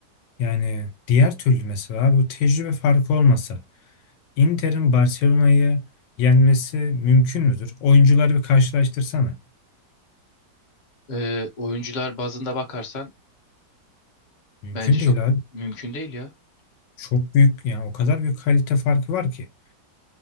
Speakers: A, on the left; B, on the left.
A: yani diğer türlü mesela abi bu tecrübe farkı olmasa Inter'in Barcelona'yı yenmesi mümkün müdür? Oyuncuları bir karşılaştırsana.
B: Ee, oyuncular bazında bakarsan
A: Mümkün
B: bence çok
A: değil abi.
B: mümkün değil ya.
A: Çok büyük yani o kadar büyük kalite farkı var ki.